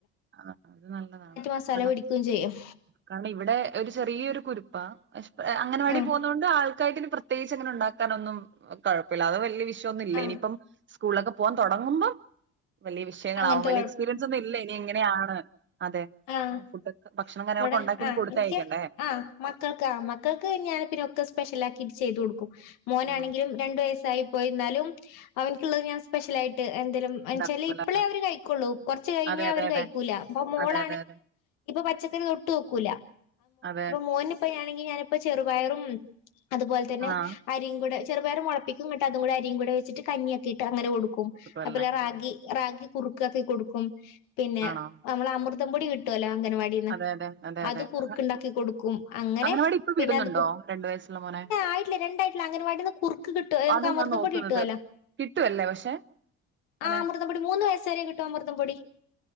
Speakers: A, on the right; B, on the left.
A: ആ അത് നല്ലതാണ്
B: മസാല
A: കാരണം
B: പിടിക്കും ചെയ്യും
A: കാരണം ഇവിടെ ഒരു ചെറിയ ഒരു കുരുപ്പാ പക്ഷെ അംഗനവാടി
B: ആഹ്
A: പോകുന്നതുകൊണ്ട് പ്രത്യേകിച്ച് അങ്ങനെ ഉണ്ടാക്കാനൊന്നും കുഴപ്പില്ല അത് വലിയ ഒന്നും ഇല്ല
B: ആഹ്
A: ഇനിയിപ്പം സ്കൂളൊക്കെ പോകൻ തുടങ്ങുമ്പോ വലിയ വിഷയങ്ങളാവും
B: അങ്ങനത്തെ
A: വലിയ എക്പീരിയൻസ് ഒന്നും ഇല്ല എങ്ങനെയാണ് അതെ
B: ആഹ
A: ഫുഡ് ഭക്ഷണം കാര്യങ്ങളൊക്കെ
B: ഇവിടെ
A: ഉണ്ടാക്കി
B: ആഹ
A: ഇനി കൊടുത്തയക്കണ്ടേ
B: എനിക്ക് ആഹ മക്കൾക്ക് ആ മക്കൾക്ക് ഞാൻ പിന്നെ ഒക്കെ സ്പെഷ്യൽ ആക്കി ചെയ്യ്തു കൊടുക്കും മോനാണെങ്കിലും
A: ആണോ
B: രണ്ടു വയസ്സായി പോയിരുന്നാലും അവനിക്കുള്ളത് ഞാൻ സ്പെഷ്യൽ ആയിട്ട് എന്തേലും എന്തവെച്ചാൽ
A: ഉണ്ടാക്കൂല
B: ഇപ്പോഴാ അവര് കഴിക്കുള്ളൂ കുറച്ചു കഴിഞ്ഞ
A: അതെ അതെ
B: അവര്
A: അതെ
B: കഴിക്കൂല അപ്പ മോള
A: അതെ അതെ അതെ
B: പച്ചക്കറി തൊട്ടുനോക്കൂല്ല
A: അതെ
B: മോനാണെങ്കിൽ ഞാനിപ്പ ചെറുപയറും അതുപോലെ തന്നെ
A: ആ
B: അരിയുംകൂടെ ചെറുപയർ മുളപ്പിക്കുംഎന്നിട്ട് അതും കൂടെ അരിയുംകൂടെ വച്ചി്ട്ട് കഞ്ഞിയാക്കി അങ്ങനെ കൊടുക്കും അതുപോലെ
A: അല്ലേ
B: റാഗി
A: ഓ,
B: റാഗി കുറുക്കാക്കി കൊടുക്കും പിന്നെ
A: ആണോ
B: നമ്മള അമൃതം അതമ്പൊടി കട്ടുവല്ലോ അഗൻവാടിന്
A: അതെ അതെ അതെ
B: അത്
A: അതെ അതെ
B: കുറുക്ക്
A: അ-
B: ഉണ്ടാക്കി കൊടുക്കും അങ്ങനെ
A: അംഗനവാടി ഇപ്പൊ
B: പിന്നെ
A: വിടുന്നുണ്ടോ
B: അതിപ്പോ
A: രണ്ട് വയസ്സുള്ള മോനെ
B: ആയിട്ടില്ല രണ്ടായിട്ട അംഗനവാടിന്ന് കുറുക്ക് കിട്ടുവാലോ നമുക്ക്
A: അതാ
B: അമൃതം
A: ഞാൻ നോക്കുന്നത്
B: പൊടി കിട്ടല്ലോ
A: കിട്ടുവല്ലേ പക്ഷെ അങ്ങനെ
B: ആ അമൃതം പൊടി മൂന്ന് വയസ്സ വരെ കിട്ടും അമൃതം പൊടി